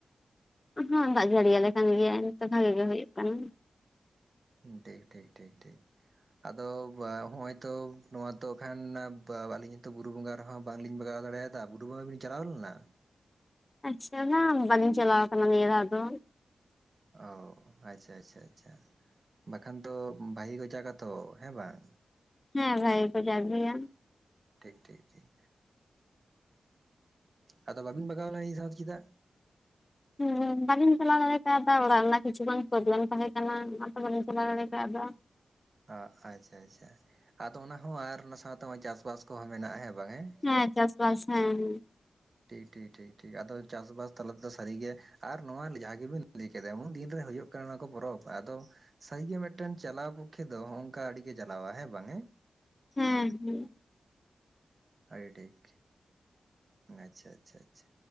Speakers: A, on the left; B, on the right.
A: ᱦᱚᱸ ᱫᱟᱜ ᱡᱟᱹᱲᱤᱭᱟᱞᱮ ᱠᱟᱱ ᱜᱮᱭᱟᱭ ᱱᱤᱛ ᱵᱷᱟᱜᱤ ᱜᱮ ᱦᱩᱭᱩᱜ ᱠᱟᱱᱟ
B: ᱴᱷᱤᱠ ᱴᱷᱤᱠ ᱴᱷᱤᱠ ᱴᱷᱤᱠ ᱟᱫᱚ ᱦᱚᱜ ᱚᱭ ᱛᱚ ᱱᱚᱣᱟ ᱛᱚ ᱠᱷᱟᱱ ᱟᱹᱞᱤᱧᱚ ᱵᱩᱨᱩ ᱵᱚᱸᱜᱟ ᱨᱮᱦᱚᱸ ᱵᱟᱝᱞᱤᱧ ᱵᱟᱜᱟᱣ ᱫᱟᱲᱮᱭᱟᱜ ᱫᱟ ᱵᱩᱨᱩ ᱵᱚᱜᱟ ᱵᱤᱱ ᱪᱟᱞᱟᱣ ᱞᱮᱱᱟ
A: ᱟᱪᱪᱷᱟ ᱵᱟᱹᱞᱤᱧ ᱪᱟᱞᱟᱣ ᱥᱠᱟᱱᱟ ᱱᱤᱭᱟ ᱫᱷᱟᱳ ᱫᱚ
B: ᱚ ᱟᱪᱷᱟ ᱟᱪᱷᱟ ᱟᱪᱷᱟ ᱵᱟᱠᱷᱟᱱ ᱫᱚ ᱵᱟᱜᱮ ᱠᱚ ᱡᱟᱠ-ᱟ ᱛᱚ ᱦᱮᱸ ᱵᱟᱝ
A: ᱦᱮᱸ ᱵᱷᱟᱜᱮ ᱜᱮᱠᱚ ᱡᱟᱜ ᱜᱮᱭᱟ
B: ᱴᱷᱤᱠ ᱴᱷᱤᱠ ᱴᱷᱤᱠ ᱟᱫᱚ ᱵᱟᱹᱵᱤᱱ ᱵᱟᱜᱟᱣ ᱞᱮᱱᱟ ᱱᱤᱭᱟ. ᱫᱷᱟᱣ ᱫᱚ ᱪᱮᱫᱟᱜ
A: ᱦᱮᱸ ᱵᱟᱹᱝᱞᱤᱧ ᱪᱟᱞᱟᱣ ᱫᱟᱲᱮ ᱠᱟᱣᱫᱟ ᱚᱲᱟᱜ ᱨᱮᱭᱟ ᱠᱤᱪᱷᱩᱜᱟᱱ ᱯᱨᱚᱵᱽᱞᱮᱢ ᱛᱟᱦᱮᱸ ᱠᱟᱱᱟ ᱚᱱᱟᱛᱚ ᱵᱟᱹᱝᱞᱤᱧ ᱪᱟᱞᱟᱣ ᱫᱟᱲᱮ ᱠᱟᱣᱫᱟ
B: ᱚ ᱟᱪᱷᱟ ᱟᱪᱷᱟ ᱟᱫᱚ ᱚᱱᱟ ᱦᱚᱸ ᱟᱨ ᱚᱱᱟ ᱥᱟᱶᱛᱮ ᱱᱚᱜ-ᱚᱭ ᱪᱟᱥᱵᱟᱥ ᱠᱚᱦᱚᱸ ᱢᱮᱱᱟᱜ-ᱟ ᱦᱮᱸ ᱵᱟᱝ ᱦᱮᱸ
A: ᱦᱮᱸ ᱪᱟᱥᱵᱟᱥ ᱦᱮᱸ ᱦᱮ
B: ᱴᱷᱤᱠ ᱴᱷᱤᱠ ᱴᱷᱤᱠ ᱴᱷᱤᱠ ᱟᱫᱚ ᱪᱟᱥᱵᱟᱥ ᱛᱟᱞᱟ ᱛᱮᱫᱚ ᱥᱟᱹᱨᱤᱜᱮ ᱟᱨ ᱱᱚᱣᱟ ᱡᱟᱦᱟᱸ ᱜᱮᱵᱤᱱ ᱞᱟᱹᱭ ᱠᱮᱫᱟ ᱮᱢᱚᱱ ᱫᱤᱱᱨᱮ ᱦᱩᱭᱩᱜ ᱠᱟᱱᱟ ᱱᱚᱣᱟ ᱠᱚ ᱯᱚᱨᱚᱵᱽ ᱟᱫᱚ ᱥᱟᱹᱨᱤᱜᱮ ᱢᱤᱫᱴᱮᱱ ᱪᱟᱞᱟᱣ ᱯᱚᱠᱠᱷᱮ ᱫᱚ ᱚᱝᱠᱟ ᱟᱹᱰᱤ ᱜᱮ ᱡᱟᱞᱟᱣᱟ ᱦᱮᱸ ᱵᱟᱝ
A: ᱦᱮᱸ ᱦᱮᱸ
B: ᱟᱹᱰᱤ ᱴᱷᱤᱠ ᱟᱪᱷᱟ ᱟᱪᱷᱟ ᱟᱪᱷᱟ